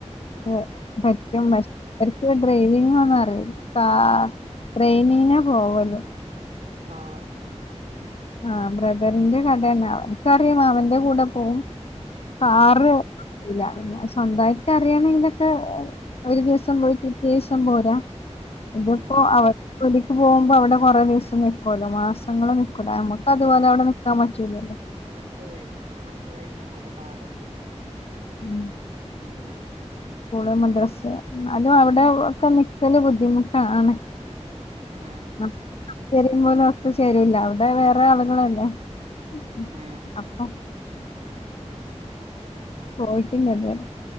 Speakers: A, on the left; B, on the right.
A: <unintelligible> ഈ ഡ്രൈവിങ്ങൊന്നും അറിയൂല പാ ട്രെയിനിന പോവല്
B: ആ
A: ആ ബ്രദറിന്റെ കടെണാവോ കറി മാമന്റെ കൂടെ പോവും കാറു
B: ആ
A: ഉഞ്ഞാ പിഞ്ഞാ സ്വന്തായിട്ട് അറിയാണെങ്കിയൊക്കെ ഒരു ദിവസം പോയി പിറ്റേസം പോയ ഇത്പ്പോ
B: ആ
A: അവർക്ക് വേണ്ടി പോവുമ്പോ അവടെ കൊറേ ദിവസം നിക്കോ മാസങ്ങൾ നിക്കൂല നമ്മക്ക് അത് പോലെ അവിടെ നിക്കാൻ പറ്റൂലല്ലോ
B: പറ്റൂലല്ലോ മക്കളെല്ലാം പാടല്ലേ
A: ഉം
B: ഉം
A: സ്കൂള് മദ്രസ്സ് ന്നാലു അവടെ ഒക്കെ നിക്കല് ബുദ്ധിമുട്ടാണ്
B: ആ
A: നമുക്ക് <unintelligible> അവിടെ വേറെ ആളുകളല്ലേ ഉം.
B: ഏ
A: അപ്പൊ പോയിട്ടില്ലതുവരെ